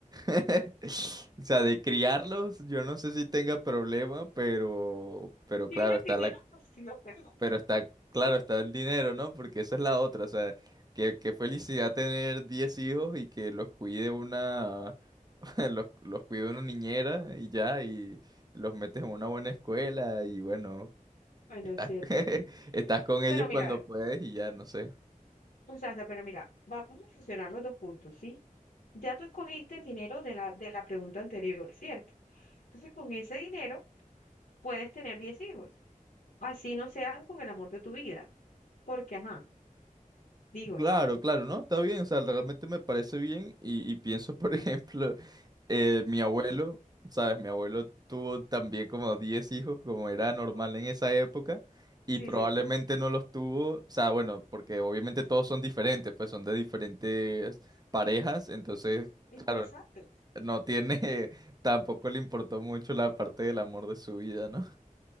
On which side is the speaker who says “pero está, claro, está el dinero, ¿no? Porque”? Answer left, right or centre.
Right